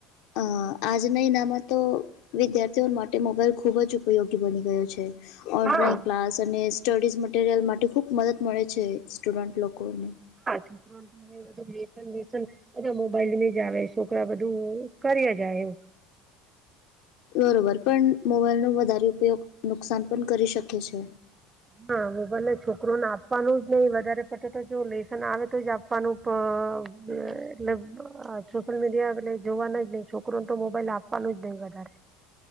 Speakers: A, on the left (about 65°); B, on the right (about 25°).
A: અ આજના ઇનામાં તો વિદ્યાર્થીઓ માટે મોબાઈલ ખૂબ જ ઉપયોગી બની ગયો છે. ઓનલાઈન
B: હા
A: ક્લાસ અને સ્ટડીઝ મટીરિયલ માટે ખુબ મદદ મળે છે. સ્ટુડન્ટ લોકોને
B: છોકરો બધું લેસન બેસન અજા મોબાઈલ મેં જ આવે છે. છોકરા બધું કર્યા જાય એવુ
A: બરોબર પણ મોબાઈલ ન વધારે ઉપયોગ નુકસાન પણ કરી શકે છે.
B: હા મોબાઈલને છોકરો ને આપવાનું જ નહીિ વધારે પડ તો જો લેસન આવે તો જ આપ આપનું એટ સોશિયલ મીડિયા એટલે જોવાના જ નહી છોકરોને તો મોબાઈલ આપ પણનુ ઉદ્યૈગ વધારે